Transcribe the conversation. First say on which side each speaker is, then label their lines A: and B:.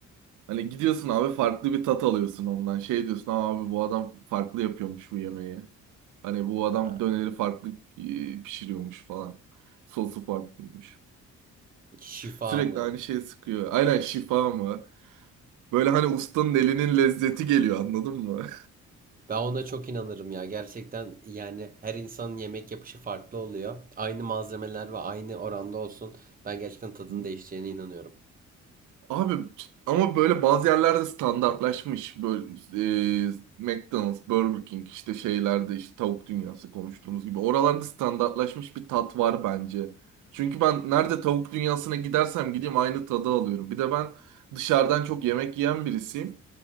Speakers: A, on the right (about 85°); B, on the right (about 30°).
A: Hani gidiyorsun abi farklı bir tat alıyorsun ondan. Şey diyorsun "Aa abi bu adam farklı yapıyormuş bu yemeği. Hani bu adam
B: Ha,
A: döneri farklı e, pişiriyormuş falan. Sosu farklıymış.
B: Şifa
A: Sürekli
B: mı?
A: aynı şeyi sıkıyor. Aynen şifa mı? Böyle hani ustanın elinin lezzeti geliyor anladın mı?
B: Ben ona çok inanırım ya. Gerçekten yani her insanın yemek yapışı farklı oluyor. Aynı malzemeler ve aynı oranda olsun. Ben gerçekten tadının
A: <laughs>
B: değişeceğine inanıyorum.
A: Abi ama böyle bazı yerlerde standartlaşmış. Böyle e, McDonald's, Burger King işte şeylerde işte tavuk dünyası konuştuğumuz gibi. Oralarda standartlaşmış bir tat var bence. Çünkü ben nerede tavuk dünyasına gidersem gideyim aynı tadı alıyorum. Bir de ben dışarıdan çok yemek yiyen birisiyim.